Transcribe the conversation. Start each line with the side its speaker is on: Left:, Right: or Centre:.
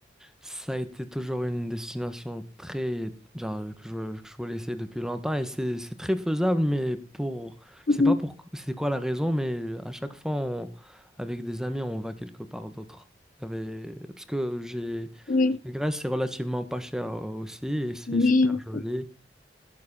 Centre: ça a été toujours une destination très, genre, que je, que je voulais essayer depuis longtemps et c'est, c'est très faisable, mais pour,
Left: Mhm.
Centre: je sais pas pour, c'est quoi la raison, mais à chaque fois, on- avec des amis, on va quelque part d'autre. J'avais- Parce que j'ai
Left: Oui,
Centre: La Grèce, c'est relativement pas cher euh, aussi et c'est
Left: oui,
Centre: super joli.